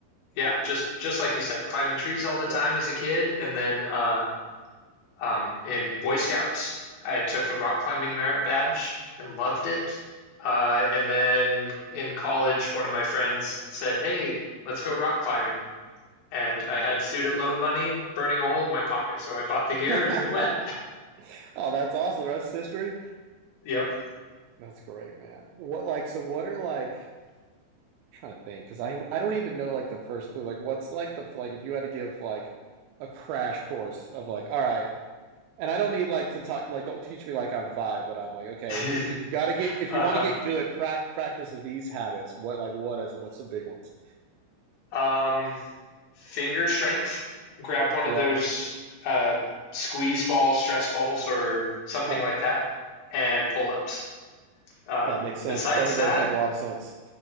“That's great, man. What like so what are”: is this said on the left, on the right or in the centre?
Right